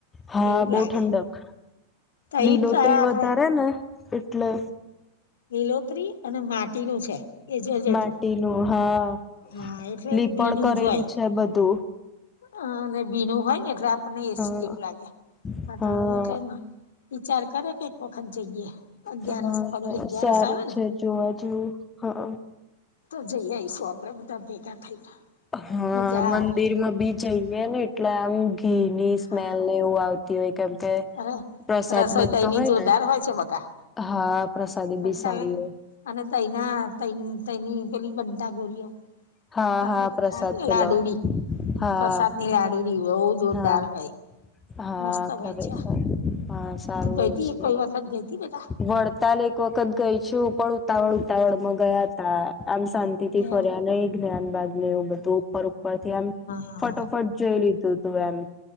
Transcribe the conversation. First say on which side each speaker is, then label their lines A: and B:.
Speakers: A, on the left; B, on the left.
A: હા,
B: એવું
A: બહુ
B: લાગે
A: ઠંડક
B: તહી
A: લીલોતરી
B: આપડે
A: વધારે ને એટલે.
B: લિલોતરી અને માટીનું છે. એ જોજે
A: માટીનું
B: તું
A: હા.
B: હા, એટલે
A: લીપણ
B: ભીનું
A: કરેલું
B: જ હોય.
A: છે બધું.
B: હા, અને ભીનું હોય ને એટલે આપણને એ
A: હા
B: સી જેવું લાગે, <unintelligible>
A: હા
B: વિચાર કરે કે એક વખત જઈએ. અગિયારસ
A: હા
B: ફરી અગિયારસ
A: સારી
B: આવે ને
A: છે જોવા જેવું હા.
B: તો જઈ આવીઈશું આપડે બધા ભેગા થઈને.
A: હા
B: મજા
A: મંદિરમાં
B: આવે
A: બી જઈે ને એટલે આમ ઘી ની સ્મેલ
B: હા
A: એવું આવત હોય કેમ કે
B: અરે
A: પ્રસાદ
B: રસોઈ
A: બનતો
B: તઈની
A: હોય
B: જોરદાર
A: ને.
B: છે બકા
A: હા પ્રસાદી
B: હા
A: બી
B: ચાલે
A: સારી હોય.
B: અને તઈના તેની પેલી બનટા ગોરીઓ
A: હા
B: આપડે
A: હા પ્રસાદ
B: થાય ને
A: પેલો
B: લાડુડી
A: હા
B: પ્રસાદ ની લાડુડી બહુ જોરદાર
A: હા
B: હોય.
A: હા
B: મસ્ત હોય
A: ખરેખર
B: છે
A: હા સારું
B: તું ગઈ
A: હોય
B: હતી
A: છે
B: કઈ વખત ગઈ હતી બેટા.
A: વડતાલ એક વખત ગઈ છું પણ ઉતાવળ ઉતાવળ માં ગયા તા આમ શાંતિ
B: હા
A: થી ફર્યા જ્યાન બાદ ને એવું બધું ઉપર ઉપર થી એમ
B: હા
A: ફટોફટ જોઈ લીધું તું એમ.